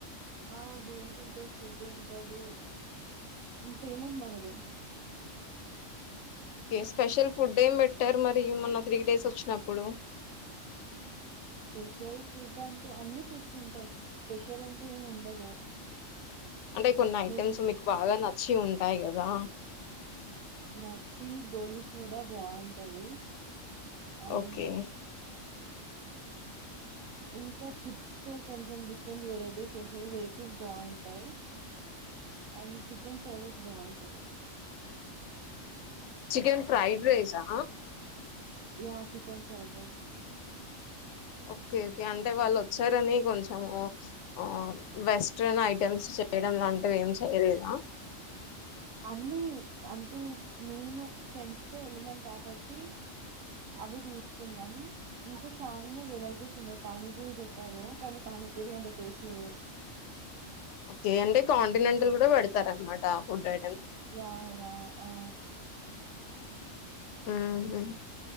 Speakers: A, on the right; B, on the left.
A: ఆ గేమ్స్ ఉంటాయి ఫుడ్ ఉంటది పేమెంట్ మనదే
B: ఓకే స్పెషల్ ఫుడ్ ఏం పెట్టరు మరి మొన్న త్రీ డేస్ వచ్చినప్పుడు
A: స్పెషల్ ఫుడ్ అంటూ అన్ని ఫుడ్స్ ఉంటాయి స్పెషల్ అంటూ ఏమి ఉండదు
B: అంటే కొన్ని ఐటెమ్స్
A: మెస్
B: మీకు బాగా నచ్చి ఉ టాయి కదా
A: నచ్చి గోలి సోడా బాగుంటది అవును
B: ఓకే.
A: ఇంకా చిప్స్ తో కొంచెం డిఫరెంట్ వెరైటీస్ చేస్తారు వేఫీస్ బాగుంటాయి అండ్ చికెన్ ఫ్రైడ్ రైస్ బాగుంటది
B: చికెన్ ఫ్రైడ్ రైసా
A: yeah chicken fried rice
B: okay okay అంటే వాళ్ళు వచ్చారని కొంచము ఆ వెస్ట్రన్ ఐటమ్స్ చేయడం లాంటివి ఏం చేయలేదా
A: అన్ని అంటే నేను ఫ్రెండ్స్ తో వెళ్ళినం కాబట్టి అవి తీసుకున్నాం ఇంకా చాలానే వెరైటీస్ ఉన్నాయి పానీపూరి పెట్టారు కానీ పానీపూరి ఎంత టేస్ట్ లేదు
B: ఓకే అంటే కాంటినెంటల్ కూడా పెడతార అనమాట ఆ ఫుడ్ అ
A: యా యా ఆ
B: ఉహు